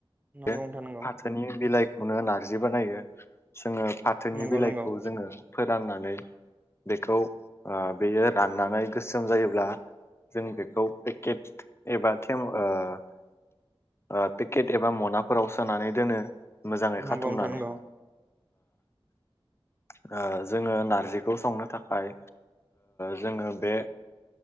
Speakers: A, on the left; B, on the right.
A: बे
B: नंगौ
A: फाथोनि बिलाइखौनो नारजि बानायो जोङो फाथोनि
B: नंगौ
A: बिलाइखौ
B: नोंथां
A: जोङो फोराननानै बेखौ बेयो राननानै गोसोम जायोब्ला जों बेखौ पेकेट एबा थे ओ पेकेट एब एबा मनाफोराव सोनानै दोनो मोजाङै खाथुमनानै
B: नंगौ नोंथां नंगौ
A: <inaudible> जोङो नारजिखौ संनो थाखाय जोङो बे